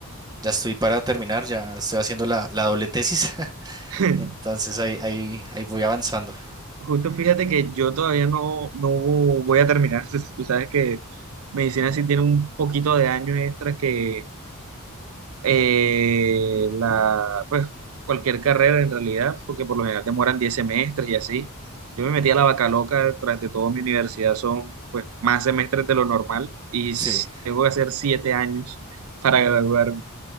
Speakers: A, on the right; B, on the right.
A: ya estoy para terminar, ya estoy haciendo la, la doble tesis. <laughs>
B: <laughs>
A: Entonces, ahí, ahí, ahí voy avanzando.
B: Justo fíjate que yo todavía no, no voy a terminar. <laughs> Tú sabes que medicina sí tiene un poquito de años extras que eh, la, pues cualquier carrera en realidad, porque por lo general demoran 10 semestres y así. Yo me metí a la vaca loca, tras de todo mi universidad son pues más semestres de lo normal y s-
A: Sí.
B: tengo que hacer 7 años para graduarme.